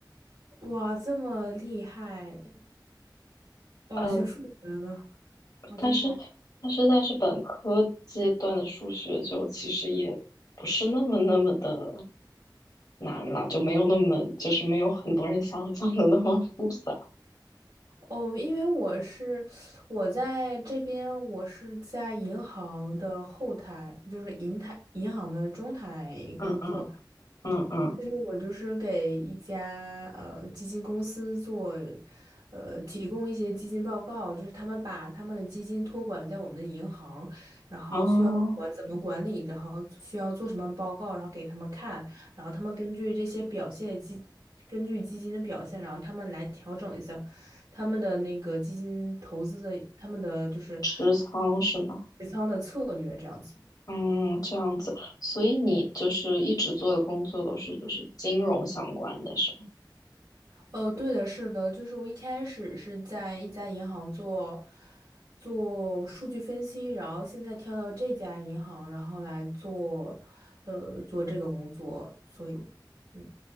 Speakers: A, on the right (about 70°); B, on the left (about 55°).
A: 哇，这么厉害！哇，
B: 呃，
A: 学数学的，好厉害！
B: 但是但是但是本科阶段的数学就其实也不是那么那么的难了，就没有那么就是没有很多人想象的那么复杂。
A: 哦，因为我是我在这边，我是在银行的后台，就是银台银行的中台工作。
B: 嗯嗯
A: 吧。
B: 嗯嗯，
A: 就是我就是给一家呃基金公司做，呃提供一些基金报告，就是他们把他们的基金托管在我们的银行，然后需要管怎么管理，
B: 哦。
A: 然后需要做什么报告，然后给他们看，然后他们根据这些表现基，根据基金的表现，然后他们来调整一下他们的那个基金投资的他们的就是
B: 持仓是吗？
A: 持仓的策略这样子。
B: 嗯，这样子，所以你就是一直做的工作都是就是金融相关的，是吗？
A: 呃，对的，是的，就是我一开始是在一家银行做做数据分析，然后现在跳到这家银行，然后来做呃做这个工作，所以嗯